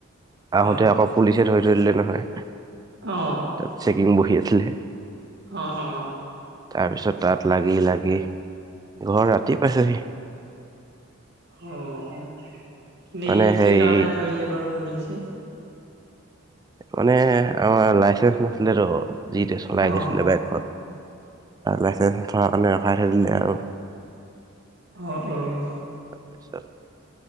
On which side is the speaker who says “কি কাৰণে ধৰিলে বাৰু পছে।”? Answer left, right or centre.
Right